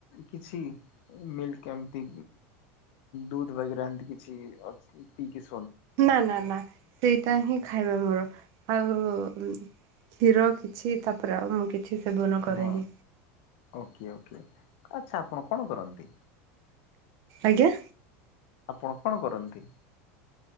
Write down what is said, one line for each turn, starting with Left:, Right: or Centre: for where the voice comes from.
Left: କିଛି ମିଲ୍କ ଏମିତି ଦୁଧ ବେରା ଏମତି କିଛି ପିକି
Right: ନା ନା ନା ସେଇଟା ହିଁ ଖାଇବା ମୋର ଆଉ ହୀରୋ କିଛି ତାପରେ ଆଉ ମୁଁ କିଛି ସେବନ କରେନି
Left: ହଁ ଓକେ ଓକେ ଆଚ୍ଛା ଆପଣ କଣ କରନ୍ତି
Right: ଆଜ୍ଞା
Left: ଆପଣ କଣ କରନ୍ତି